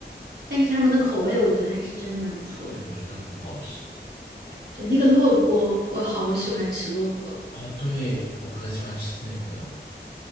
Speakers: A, on the right; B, on the left.
A: 但是他们的口味我觉得还是真的蛮不错的。
B: 啊，对，我觉得很好吃。
A: 对，那个烙锅我好喜欢吃烙锅。
B: 哦，对，我很喜欢吃那个。